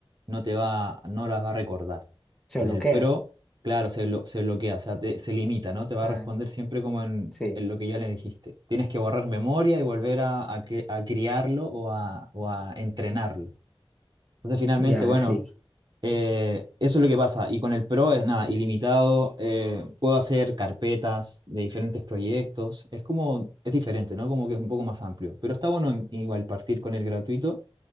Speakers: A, on the right; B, in the centre.
A: no te va, no las va a recordar.
B: se
A: En
B: bloquea.
A: el Pro, claro, se, blo- se bloquea, o sea, te- se limita, ¿no? Te va
B: Ah,
A: a responder siempre como en,
B: sí,
A: en lo que ya le dijiste. Tienes que borrar memoria y volver a, a, cre- a criarlo o a, o a entrenarlo. Entonces, finalmente,
B: ya
A: bueno.
B: sí.
A: Eh, eso es lo que pasa. Y con el Pro es nada, ilimitado. eh, puedo hacer carpetas de diferentes proyectos. Es como, es diferente, ¿no? Como que es un poco más amplio. Pero está bueno en- igual partir con el gratuito,